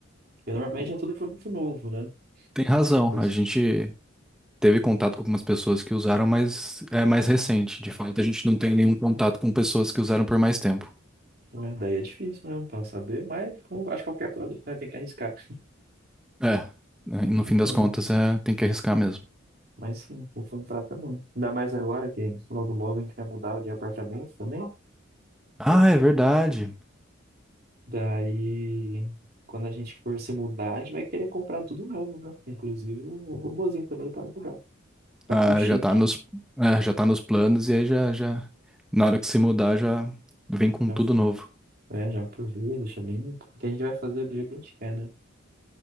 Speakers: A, on the right; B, in the centre.
A: Porque normalmente é tudo produto novo, né?
B: Tem razão,
A: Depois-
B: a gente teve contato com algumas pessoas que usaram, mas é mais recente. De fato, a gente não tem nenhum contato
A: hum,
B: com pessoas que usaram por mais tempo.
A: né, Daí é difícil mesmo pra saber, mas como acho que qualquer produto, né, tem que arriscar.
B: É, né, no
A: Então,
B: fim das contas, é, tem que arriscar mesmo.
A: Mas sim, eu vou entrar também. Ainda mais agora que logo logo a gente vai mudar de apartamento também.
B: Ah, é verdade.
A: Daí, quando a gente for se mudar, a gente vai querer comprar tudo novo, né? Inclusive o robozinho também para ajudar. Ficar
B: Ah,
A: tudo chique.
B: já tá nos, é, já tá nos planos e aí já, já, na hora que se mudar, já vem com
A: Já,
B: tudo novo.
A: é, já aproveita, deixa limpo. Porque a gente vai fazer do jeito que a gente quer, né?